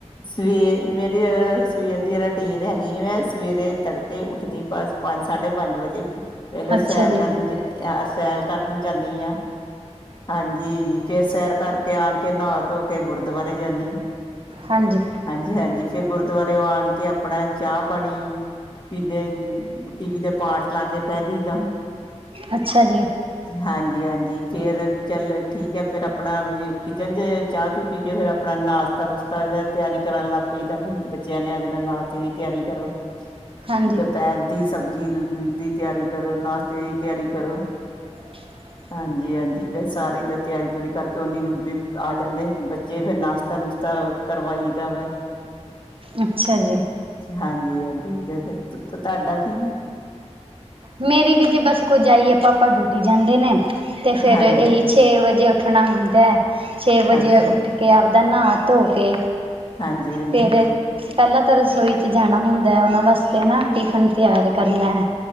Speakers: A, on the left; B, on the right.
A: ਵੀ ਏ ਮੇਰੀ ਅ ਸਵੇਰ ਦੀ ਰੂਟੀਨ ਹੈਗੀ, ਮੈਂ ਸਵੇਰੇ ਤੜਕੇ ਉੱਠਦੀ। ਬਸ, ਪੰਜ-ਸਾਢੇ ਪੰਜ ਵਜੇ ਪਹਿਲੋ
B: ਅੱਛਾ
A: ਸੈਰ
B: ਜੀ
A: ਕਰਨੀ। ਅ, ਸੈਰ ਕਰਨ ਜਾਂਨੀ ਹਾਂ, ਹਾਂਜੀ। ਫੇਰ ਸੈਰ ਕਰਕੇ ਆਣ ਕੇ, ਨਹਾ-ਧੋ ਕੇ, ਗੁਰਦੁਆਰੇ ਜਾਂਨੀ ਆ।
B: ਹਾਂਜੀ
A: ਹਾਂਜੀ ਹਾਂਜੀ, ਫੇਰ ਗੁਰਦੁਆਰੇਓ ਆਣ ਕੇ ਆਪਣਾ ਚਾਹ-ਪਾਣੀ ਪੀਦੇ। ਟੀ ਵੀ ਤੇ ਪਾਠ ਲਾ ਕੇ ਬੈ ਜਈਦਾ।
B: ਅੱਛਾ ਜੀ।
A: ਹਾਂਜੀ ਹਾਂਜੀ, ਫੇਰ ਵੀ ਚੱਲ ਠੀਕ ਹੈ, ਫੇਰ ਆਪਣਾ ਕਿਚਨ ਚ ਚਾਹ-ਚੂ ਪੀ ਕੇ ਫਿਰ ਆਪਣਾ ਨਾਸ਼ਤਾ-ਨੁਸ਼ਤਾ ਤਿਆਰੀ ਕਰਨ ਲੱਗ ਪਈਦਾ ਵੀ ਬੱਚਿਆਂ ਨੇ ਆ ਜਾਣਾ, ਨਾਸ਼ਤੇ ਦੀ ਤਿਆਰੀ ਕਰੋ।
B: ਹਾਂਜੀ
A: ਦੁਪਹਿਰ ਦੀ ਸਬਜ਼ੀ ਦੀ ਤਿਆਰੀ ਕਰੋ, ਨਾਸ਼ਤੇ ਦੀ ਤਿਆਰੀ ਕਰੋ।
B: ਹ
A: ਹਾਂਜੀ ਹਾਂਜੀ, ਫੇਰ ਸਾਰੇ ਦਾ ਤਿਆਰੀ-ਤਿਓਰੀ ਕਰਕੇ ਨੀ ਨੂੰ ਵੀ ਆ ਜਾਂਦੇ, ਬੱਚੇ ਫੇਰ ਨਾਸ਼ਤਾ ਨੁਸ਼ਤਾ ਕਰਵਾਈ ਦਾ ਵਾ।
B: ਅੱਛਾ ਜੀ
A: ਹਾਂਜੀ, ਹਾਂਜੀ ਹਾਂਜੀ ਤੁਹਾਡਾ ਕੀ ਏ?
B: ਮੇਰੀ ਵੀ ਜੀ ਬਸ, ਕੁਝ ਇਹੀ ਹੈ- ਪਾਪਾ ਡਯੂਟੀ ਜਾਂਦੇ ਨੇ ਤੇ ਫੇਰ
A: ਹਾਂਜੀ
B: ਇਹ ਛੇ ਵਜੇ ਉੱਠਣਾ ਹੁੰਦਾ, ਛੇ ਵਜੇ
A: ਅੱਛਾ
B: ਉੱਠ ਕੇ ਆਪਦਾ ਨਾ-ਧੋ ਕੇ
A: ਹਾਂਜੀ, ਹਾਂਜੀ।
B: ਫਿਰ ਪਹਿਲਾਂ ਤਾਂ ਰਸੋਈ 'ਚ ਜਾਣਾ ਹੁੰਦਾ ਹੈ, ਉਹਨਾ ਵਾਸਤੇ ਨਾ ਟਿਫਨ ਤਿਆਰ ਕਰਨਾ।